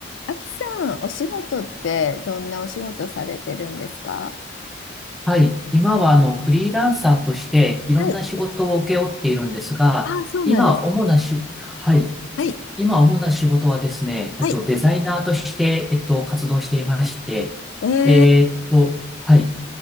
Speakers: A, on the left (about 70°); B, in the centre.
A: あきさん、お仕事ってどんなお仕事されてるんですか
B: はい。今は、あの、フリーランサーとして、いろんな仕事を請け負っているんですが、
A: はい。ああ、そうなんです。
B: 今、主なし、はい。
A: はい。
B: 今、主な仕事はですね、
A: はい。
B: えっと、デザイナーとして、えっと、活動していまして、
A: えー、
B: えーっと、はい。